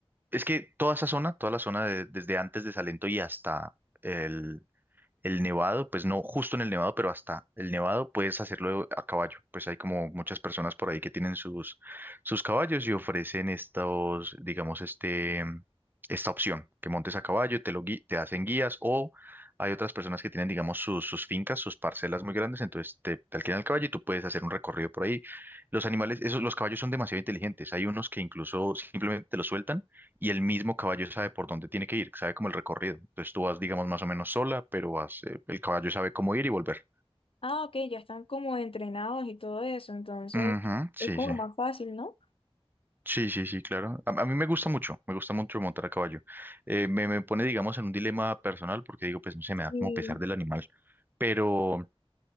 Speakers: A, on the right; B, on the left.
A: es que toda esa zona, toda la zona de- desde antes de Salento y hasta el, el nevado, pues no justo en el nevado, pero hasta el nevado puedes hacerlo a caballo. Pues hay como muchas personas por ahí que tienen sus, sus caballos y ofrecen estos, digamos, este, esta opción, que montes a caballo, te lo gui- te hacen guías o hay otras personas que tienen, digamos, sus, sus fincas, sus parcelas muy grandes, entonces te, te alquilan el caballo y tú puedes hacer un recorrido por ahí. Los animales, esos, los caballos son demasiado inteligentes. Hay unos que incluso simplemente te los sueltan y el mismo caballo sabe por dónde tiene que ir, sabe como el recorrido. Entonces tú vas, digamos, más o menos sola, pero vas, eh, el caballo sabe cómo ir y volver.
B: Ah, ok, ya están como entrenados y todo eso, entonces
A: Ujú, sí,
B: es como
A: sí.
B: más fácil, ¿no?
A: Sí, sí, sí, claro. A, a mí me gusta mucho, me gusta mucho montar a caballo. Eh, me, me pone, digamos, en un dilema personal porque digo, pues no sé, me da
B: Sí.
A: como pesar del animal. Pero,